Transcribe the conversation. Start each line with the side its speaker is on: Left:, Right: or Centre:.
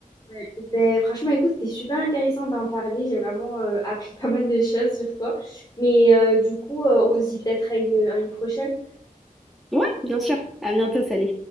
Left: Ouais. Ben, franchement, écoute, c'était super intéressant d'en parler. J'ai vraiment euh, appris pas mal de choses sur toi. Mais euh, du coup, euh, on se dit peut-être à une, à une prochaine.
Centre: Ouais, bien sûr. À bientôt, salut.